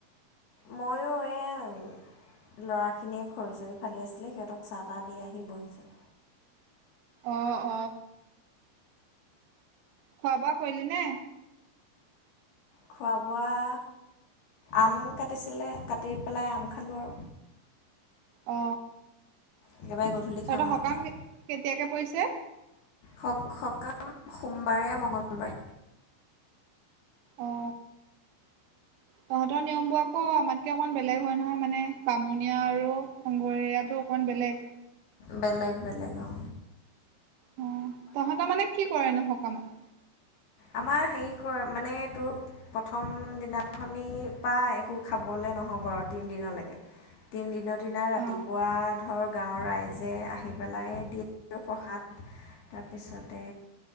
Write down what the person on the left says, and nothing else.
মইয়ো এয়াই ল'ৰাখিনিয়ে খৰি চৰি ফালি আছিলে সিহঁতক চাহ তাহ দি আহি বহিছোঁ।
খোৱা-বোৱা আম কাটিছিলে কাটি পেলাই আম খালোঁ আৰু।
একেবাৰে গধূলি
খাম আৰু
ভাত।
সক সকাম সোমবাৰে, মঙলবাৰে।
বেলেগ বেলেগ অ।
আমাৰ হেৰি কয় মানে এটো- প্ৰথম দিনাখনিৰ পৰা একো খাবলে নহব আৰু তিন দিনলেকে তিনিদিনৰ দিনা ৰাতিপুৱা
ধৰ গাঁৱৰ ৰাইজে আহি পেলাই দিয়ে। প্ৰসাদ তাৰপিছতে